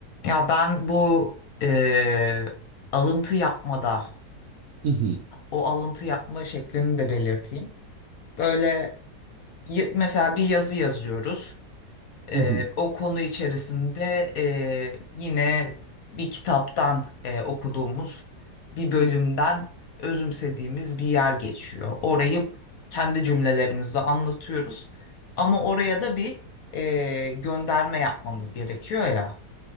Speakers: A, on the left (about 60°); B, on the right (about 65°).
A: Ya ben bu eee, alıntı yapmada,
B: Hı hı,
A: o alıntı yapma şeklini de belirteyim. Böyle y- mesela bir yazı yazıyoruz. Eee,
B: hı hı,
A: o konu içerisinde eee, yine bir kitaptan eee, okuduğumuz bir bölümden özümsediğimiz bir yer geçiyor. Orayı kendi cümlelerimizle anlatıyoruz. Ama oraya da bir eee, gönderme yapmamız gerekiyor ya.